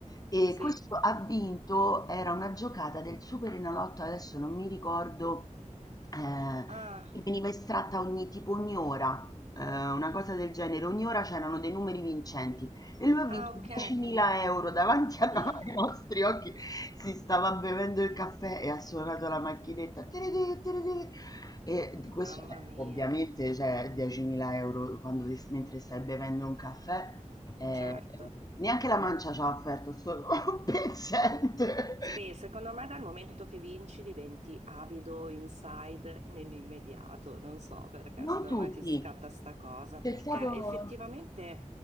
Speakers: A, on the left; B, on the right.
A: E
B: sì,
A: questo ha vinto era una giocata del Superenalotto, adesso non mi ricordo, ehm,
B: ah,
A: che veniva estratta ogni tipo ogni ora, ehm, una cosa del genere, ogni ora c'erano dei numeri vincenti e lui ha
B: ah,
A: vinto
B: ok,
A: 10.000 € davanti a
B: <gasps>
A: no ai nostri occhi, si stava bevendo il caffè e ha suonato la macchinetta "tiriti tiriti" e
B: Ah,
A: d questo,
B: mamma
A: eh,
B: mia,
A: ovviamente cioè 10.000 € quando ti s mentre stai bevendo un caffè Ehm,
B: certo.
A: neanche la mancia c'ha offerto sto <laughs> pezzente.
B: Sì, secondo me dal momento che vinci diventi avido inside nell'immediato, non so perché,
A: Non
B: secondo
A: tutti.
B: me ti scatta sta cosa,
A: C'è
B: perché
A: stato
B: effettivamente